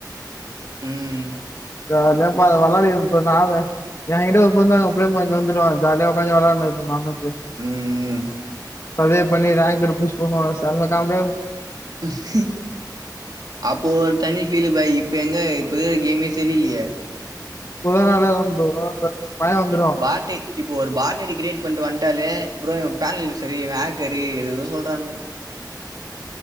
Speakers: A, on the right; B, on the left.
A: ம்
B: ஜாலியா அப்ப அத வெளடாடி இருப்பே நா என்கிட்ட ஒருத்த வந்தாங்க அப்டியே இங்க வந்துருவாங் ஜாலியா ஒக்காந்தி வெளாண்ருப்போ நானு
A: ம்
B: அதே பண்ணி நாயங்கிட்ட புடுச்சு போனுவம்ம காம்ப
A: அஹ அப்போ ஒரு தனி ஃபீலு பாய் இப்ப எங்க இப்ப கேமே சரியில்லியே
B: புது <unintelligible> ப்ரோ பய வந்ருவா
A: பாட்டு இப்போ ஒரு பாட்டரி க்ரியேட் பண்ட்டு வன்ட்டாலே ப்ரோ பேனல் சரி இவ ஆக்டரு ஏதேதோ சொல்றானுங்